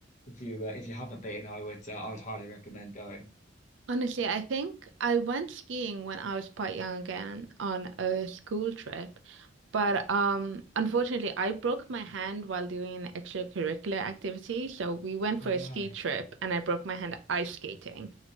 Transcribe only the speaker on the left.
if you uh, if you haven't been, I would uh, I would highly recommend going.
Oh
no,